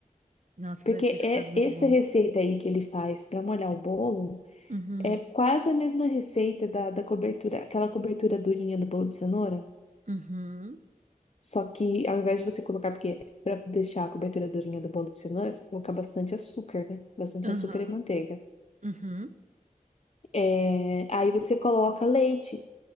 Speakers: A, on the right; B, on the left.
A: Nossa,
B: Porque
A: deve ter ficado
B: é
A: muito
B: essa
A: bom.
B: receita aí que ele faz para molhar o bolo.
A: Uhum,
B: É quase a mesma receita da, da cobertura, aquela cobertura durinha do bolo de cenoura,
A: uhum,
B: só que ao invés de você colocar, porque para deixar a cobertura durinha do bolo de cenoura, você coloca bastante açúcar, né? Bastante
A: aham,
B: açúcar e manteiga.
A: uhum,
B: É, aí você coloca leite.